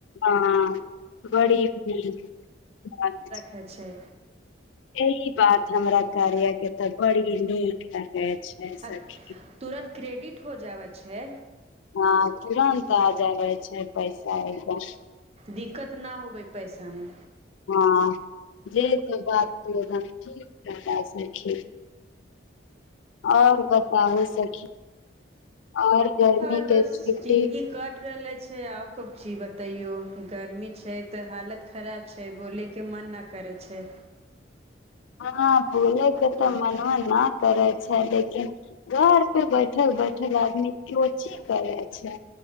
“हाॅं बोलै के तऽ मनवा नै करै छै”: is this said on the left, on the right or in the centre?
Left